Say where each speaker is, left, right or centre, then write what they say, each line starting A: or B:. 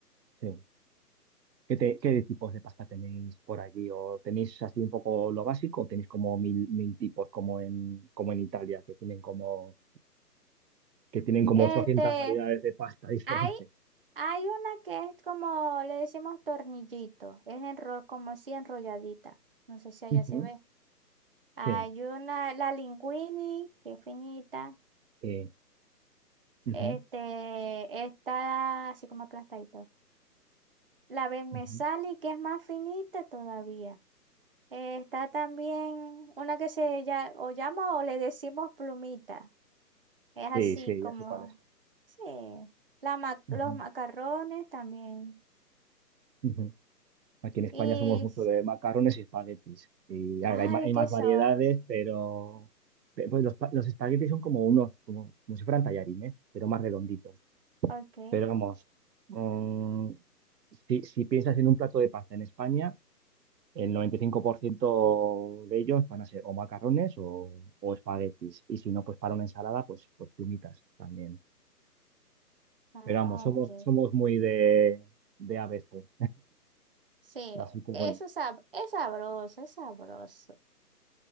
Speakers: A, on the right; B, on the right.
A: sí. ¿Qué, te- qué tipos de pasta tenéis por allí? ¿O tenéis así un poco lo básico? ¿O tenéis como mil, mil tipos como en, como en Italia, que tienen como que tienen como
B: Este,
A: 800 variedades de pasta diferentes.
B: hay, hay una que es como, le decimos tornillito, es enro- como así enrolladita, no sé si allá
A: Ujú.
B: se ve. Hay
A: Sí,
B: una, la linguini, que es finita,
A: sí, Ujú,
B: este, está así como aplastadito. La Ben
A: ujú,
B: me que es más finita todavía. Eh, está también una que se ya, o llama o le decimos plumita. Es así
A: sí, sí,
B: como,
A: ya sé cuál es.
B: sí, la ma-
A: ujú,
B: los macarrones también.
A: ujú. Aquí en España
B: Y,
A: somos mucho de macarrones y espaguetis. Y a
B: ay,
A: ver, hay, ma- hay
B: ¿qué
A: más
B: son?
A: variedades, pero pe- pues los, pa- los espaguetis son como unos, como, como si fueran tallarines, ¿eh? pero más redonditos.
B: Ok,
A: Pero vamos, mm, si, si piensas en un plato de pasta en España, El 95% de ellos van a ser o macarrones o, o espaguetis. Y si no, pues para una ensalada, pues, pues plumitas también.
B: ah,
A: Pero vamos, somos,
B: ok.
A: somos muy de, de A B C
B: Sí,
A: Así que bueno,
B: eso es, sab- es sabroso, es sabroso.